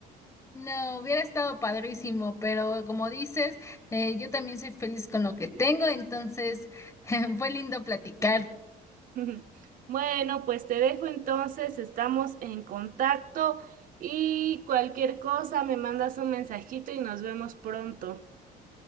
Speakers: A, on the left; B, on the right.
A: No, hubiera estado padrísimo, pero como dices, eh, yo también soy feliz con lo que tengo, entonces <laughs> fue lindo platicar.
B: <laughs> Bueno, pues te dejo entonces, estamos en contacto y cualquier cosa me mandas un mensajito y nos vemos pronto.